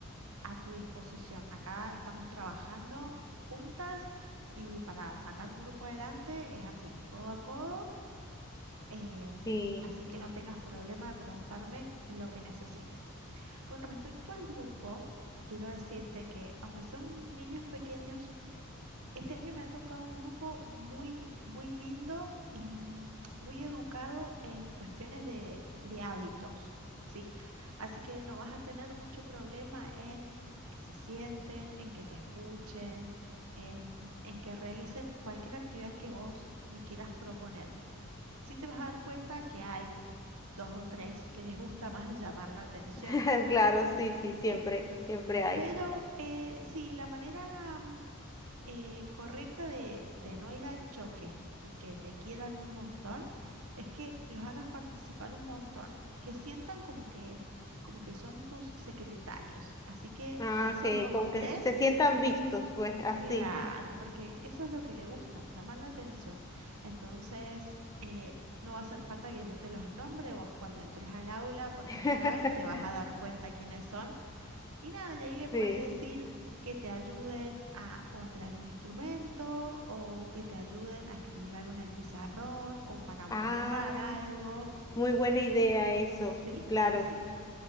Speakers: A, on the right; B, on the left.
A: a tu disposición. Acá estamos trabajando juntas y para sacar un grupo adelante es así, codo a codo, em,
B: Sí,
A: así que no tengas problema de preguntarme lo que necesites. Con respecto al grupo, quiero decirte que aunque son niños pequeños, este año me ha tocado un grupo muy, muy lindo y mm, muy educado en cuestiones de, de hábitos, ¿sí? Así que no vas a tener mucho problema en que se sienten, en que te escuchen, en, en que realicen cualquier actividad que vos le quieras proponer. Sí te vas a dar cuenta que hay dos o tres que les gusta más llamar la atención.
B: <laughs> claro, sí, sí,
A: Sí,
B: siempre, siempre hay.
A: pero eh, sí, la manera mm, eh, correcta de, de no ir al choque y que te quieran un montón es que los hagas participar un montón, que sientan como que, como que son tus secretarios. Así que
B: Ah,
A: a esos
B: que
A: dos
B: como
A: o tres,
B: que se sientan vistos, pues así.
A: claro, porque eso es lo que le gusta, llamar la atención. Entonces, eh, no va a hacer falta que yo te los nombre, vos cuando entres al aula por
B: <laughs>
A: primera vez te vas a dar cuenta quiénes son y nada, y ahí le puedes
B: Sí.
A: decir que te ayuden a o a traer un instrumento o que te ayuden a escribir algo en el pizarrón o para borrar
B: Ah,
A: algo.
B: muy buena idea eso,
A: Sí,
B: claro.
A: sí, sí.